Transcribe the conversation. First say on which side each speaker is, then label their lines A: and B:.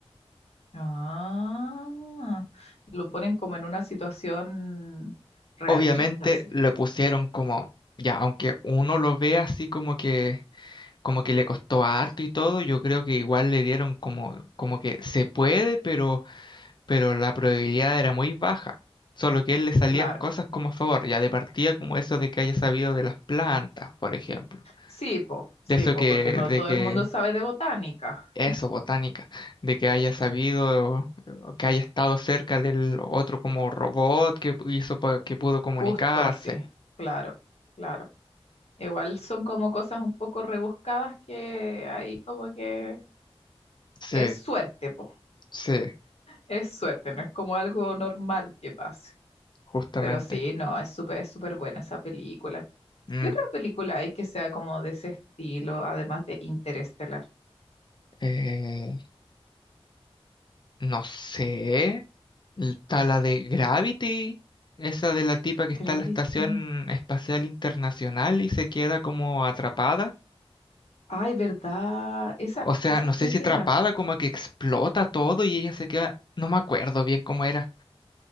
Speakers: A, on the left (about 80°); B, on the left (about 45°).
A: Ah, lo ponen como en una situación realista,
B: Obviamente
A: sí,
B: le pusieron como, ya, aunque uno lo ve así como que, como que le costó harto y todo, yo creo que igual le dieron como, como que se puede, pero pero la probabilidad era muy baja. Solo que a él le salían
A: claro.
B: cosas como a favor, ya de partida como eso de que haya sabido de las plantas, por ejemplo.
A: Sí, po, sí,
B: De eso
A: po,
B: que,
A: porque no
B: de
A: todo
B: que,
A: el mundo sabe de botánica,
B: eso, botánica, de que haya sabido, o que haya estado cerca del otro como robot que pu- hizo pa- que pudo comunicarse.
A: justo así, claro, claro. Igual son como cosas un poco rebuscadas que ahí como que
B: Sí,
A: es suerte, po,
B: sí,
A: es suerte, no es como algo normal que pase.
B: justamente.
A: Pero sí, no, es súper, es súper buena esa película.
B: Mm,
A: ¿Qué otra película hay que sea como de ese estilo, además de Interestelar?
B: eh, No sé. Está la de Gravity, esa de la tipa que está
A: Gravity.
B: en la Estación Espacial Internacional y se queda como atrapada.
A: Ay, ¿verdad? Esa,
B: O sea,
A: esa
B: no
A: creo
B: sé si
A: que
B: atrapada,
A: la...
B: como que explota todo y ella se queda. No me acuerdo bien cómo era.